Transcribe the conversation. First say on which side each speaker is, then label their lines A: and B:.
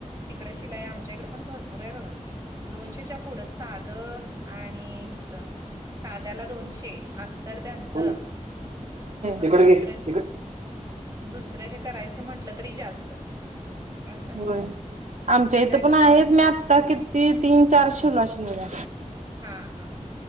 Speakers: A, on the right; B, on the right.
A: तिकड शिलाई आमच्या इकडे पण भरपूर आहे बघा. दोनशेच्या पुढं साध आणि हेच साध्याला दोनशे. आस्तर त्यांचं
B: कोण
A: परत
B: इकड
A: दुसरे
B: घे इकड
A: दुसरं हे करायचं म्हटलं तरी जास्त असं आहे.
B: होय आमच्या
A: डिझाईन
B: इथं पण
A: नुसार
B: आहेत मी आत्ता कित ती तीन चार शिवलं असेल बगा.
A: हां हा